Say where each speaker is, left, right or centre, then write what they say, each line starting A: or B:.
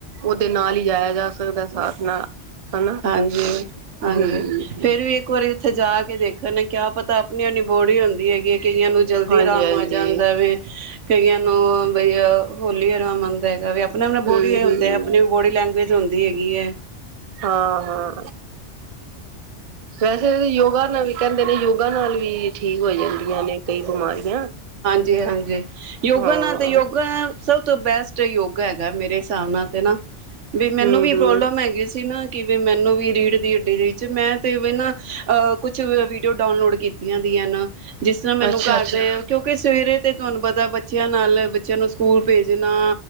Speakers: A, on the right; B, on the right.
A: ਔਦੇ ਨਾਲ ਈ ਜਾਯਾ ਜਾ ਸਕਦੈ ਸਾਥ ਨਾਲ। ਹਨਾ
B: ਹਾਂਜੀ ਹਾਂਜੀ,
A: ਹੂੰ
B: ਫੇਰ ਵੀ ਇੱਕ ਵਾਰੀ ਉੱਥੇ ਜਾ ਕੇ ਦੇਖ ਖਣੇ ਕਿਆ ਪਤਾ ਅਪਣੀ ਅਪਨੀ ਬੋੜੀ ਹੋੰਦੀ ਹੈਗੀ ਏ ਏਕ ਕਈਆਂ ਨੂੰ ਜਲਦੀ
A: ਹਾਂਜੀ-ਹਾਂਜੀ
B: ਆਰਾਮ ਆ ਜਾਂਦਾ ਵੇ ਕਈਆਂ ਨੂੰ ਬਈ ਅ ਹੋਲੀ ਆਰਾਮ ਆਂਦਾ ਹੈਗਾ ਵੇ ਆਪਣਾ ਅਪਣਾ
A: ਹੂੰ-ਹੂੰ
B: ਬੋਡੀ ਐ ਹੁੰਦੈ ਅਪਣੀ ਬੋਡੀ ਲੈਂਗੁਏਜ ਹੁੰਦੀ ਹੈਗ ਹੈਗੀ ਐਂ
A: ਹਾਂ ਹਾਂ ਵੈਸੇ ਤੇ ਯੋਗਾ ਨਾਲ ਵੀ ਕੈੰਦੇ ਨੇ ਯੋਗਾ ਨਾਲ ਵੀ ਵੀ ਠੀਕ ਹੋ ਜਾਂਦੀਆਂ ਨੇ ਕਈ ਬਿਮਾਰੀਆਂ
B: ਜੀ ਹਾਂਜੀ ਯੋਗਾ
A: ਹਾਂ
B: ਨਾ ਤੇ ਯੋਗਾ ਸਭ ਤੋਂ ਬੈਸਟ ਯੋਗ ਹੈਗਾ ਮੇਰੇ ਸਾਬ ਨਾਲ ਤੇ ਨਾ। ਵੀ ਮੈਨੂੰ
A: ਹੂੰ
B: ਵੀ
A: ਹੂੰ
B: ਪ੍ਰੋਬਲਮ ਹੈਗੀ ਸੀ ਨਾ ਕਿਵੇਂ ਮੈਨੂੰ ਵੀ ਰੀੜ ਦੀ ਹੱਡੀ ਦੇ ਵਿੱਚ ਮੈਂ ਤੇ ਵਨਾ ਕੁਝ ਵੀਡੀਓ ਡਾਊਨਲੋਡ ਕੀਤੀਆਂ ਦੀ ਨਾ ਜਿਸ ਤਰ੍ਹਾਂ ਮੈਨੂੰ
A: ਅੱਛਾ
B: ਘਰ
A: ਅੱਛਾ
B: ਕਿਓਂਕਿ ਸਵੇਰੇ ਤੇ ਤੁਵਾਨੂੰ ਪਤੈ ਬੱਚਿਆਂ ਨਾਲ ਬੱਚਿਆਂ ਨੂੰ ਸਕੂਲ ਭੇਜਣਾ,